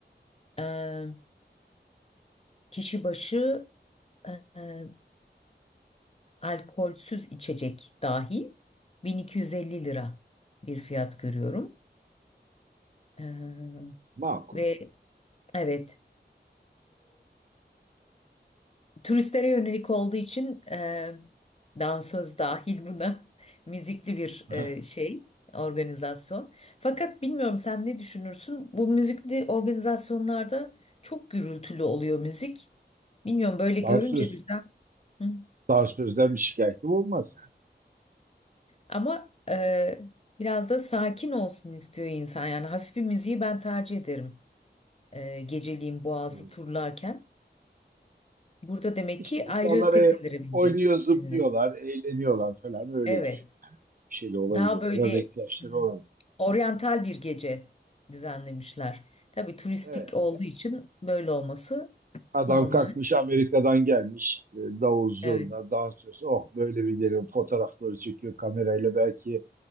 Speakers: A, on the left; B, on the right.
A: E, kişi başı e, e, alkolsüz içecek dahi 1250 lira bir fiyat görüyorum. E,
B: makul.
A: ve evet, Turistlere yönelik olduğu için e, dansöz dahil buna <laughs> müzikli bir
B: Ha.
A: e, şey organizasyon. Fakat bilmiyorum sen ne düşünürsün? Bu müzikli organizasyonlarda çok gürültülü oluyor müzik. Bilmiyorum böyle görünce
B: Dansöz,
A: birden. Hı.
B: dansözden bir şikayetim olmaz yani.
A: Ama e, biraz da sakin olsun istiyor insan. Yani hafif bir müziği ben tercih ederim. E, geceliğin boğazı
B: Evet.
A: turlarken. Burada demek
B: İşte
A: ki
B: insanlar
A: ayrı teknelere
B: e,
A: bineceğiz
B: oynuyor, zıplıyorlar,
A: seninle.
B: eğleniyorlar falan öyle
A: Evet.
B: düşün. Bir şey de olabilir.
A: Daha böyle
B: Buna da ihtiyaçları
A: hmm,
B: olan.
A: oryantal bir gece düzenlemişler. Tabii turistik
B: Evet.
A: olduğu için böyle olması
B: Adam
A: normal.
B: kalkmış Amerika'dan gelmiş. E, Davul zurna,
A: Evet.
B: dansöz. Oh böyle videonun fotoğrafları çekiyor kamerayla. Belki